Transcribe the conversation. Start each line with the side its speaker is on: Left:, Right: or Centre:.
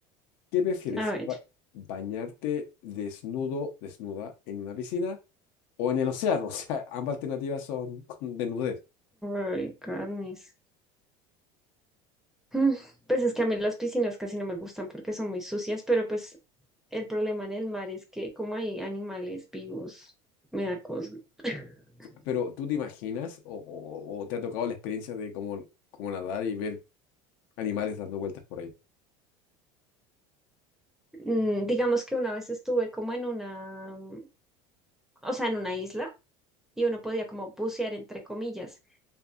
Left: ¿qué prefieres?
Centre: a ver.
Left: ba- ¿Bañarte desnudo, desnuda, en una piscina o en el océano? <laughs> O sea, ambas alternativas son con desnudez.
Centre: Ay, carnes. Mm, Pues es que a mí las piscinas casi no me gustan porque son muy sucias, pero pues El problema en el mar es que como hay animales vivos, me da cosa. <clears throat>
Left: Pero ¿tú te imaginas o, o- o te ha tocado la experiencia de cómo, cómo nadar y ver animales dando vueltas por ahí?
Centre: Mm, Digamos que una vez estuve como en una, mm, o sea, en una isla y uno podía como bucear entre comillas.